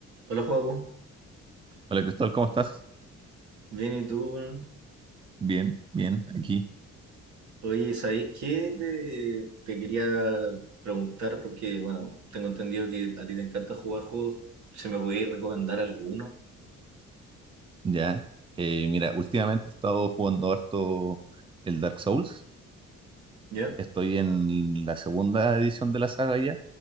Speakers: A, on the right (about 70°); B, on the right (about 15°).
A: Hola, Joaco.
B: Hola Cristóbal, ¿cómo estás?
A: Bien, ¿y tú, weón?
B: Bien, bien, aquí,
A: Oye, ¿sabéis qué? Te, te quería preguntar porque, bueno, tengo entendido que a ti te encanta jugar juegos. ¿Se me podéis recomendar alguno?
B: ya. Eh, mira, últimamente he estado jugando harto el Dark Souls.
A: ¿Ya?
B: Estoy en la segunda edición de la saga ya,